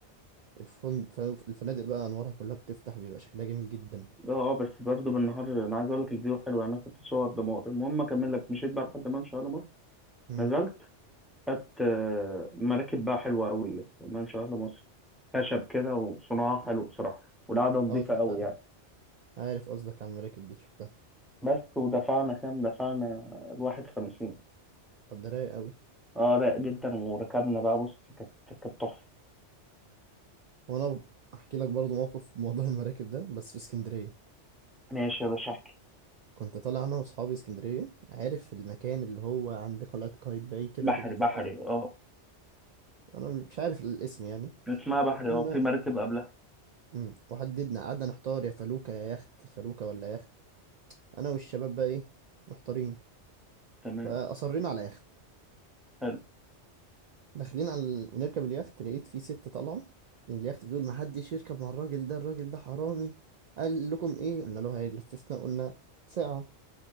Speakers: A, on the right; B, in the centre.
A: الفن... ف- الفنادق بقى انوارها كلها بتفتح بيبقى شكلها جميل جدا
B: اه آه، بس برضه بالنهار انا عايز اقول لك الفيو حلو يعني انا كنت صور دمار المهم اكمل لك مشيت بقى لحد ممشى اهل مصر
A: امم
B: نزلت خدت آه، مراكب بقى حلوه قوي اللي في ممشى اهل مصر خشب كده وصناعه حلو بصراحه والقعده نظيفه
A: اه شفتها
B: قوي يعني
A: عارف قصدك عن المراكب دي شفتها
B: بس ودفعنا كام دفعنا الواحد خمسين
A: طب ده رايق قوي
B: اه رايق جدا وركبنا بقى بص كانت كانت تحفه
A: وانا احكي لك برضه موقف في موضوع المراكب ده بس في اسكندريه
B: ماشي يا باشا احكي
A: كنت طالع انا واصحابي اسكندريه عارف المكان اللي هو عند قلعه قايتباي كده
B: بحري
A: اللي بيطلعوا
B: بحري اه
A: انا مش عارف الاسم يعني
B: اسمها بحري
A: وكنا
B: اه في مراكب قبلها
A: مم. وحددنا قعدنا نحتار يا فلوكه يا يخت فلوكه ولا يخت انا والشباب بقى ايه محتارين
B: تمام
A: فاصرينا على يخت
B: حلو
A: داخلين على ال... ونركب اليخت لقيت في ست طالعه من اليخت بتقول ما حدش يركب مع الراجل ده الراجل ده حرامي قال لكم ايه قلنا له هيلففنا قلنا ساعه